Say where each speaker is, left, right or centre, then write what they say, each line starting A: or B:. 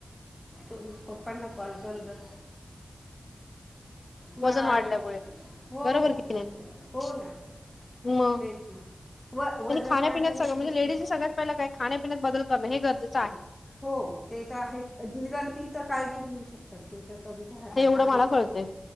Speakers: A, on the left; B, on the left.
A: स पप्पांना कॉल करू ग. मला
B: वजन वाढल्यामुळे
A: आला हो
B: बरोबर
A: हो
B: कि नाही
A: हो ना
B: मग
A: तेच ना व वजन
B: आणि खाण्यापिण्यात
A: वाढल्याने
B: सगळ
A: सगळे
B: म्हणजे लेडीज सगळ्यात पहि काय खाण्यापिण्यात बदल करणं हे कर. आहे.
A: हो ते तर आहे नि ती तर काळजी घेऊ शकतात त तर तुमच्या हातात
B: हे एवढं
A: आहेच
B: मला कळतंय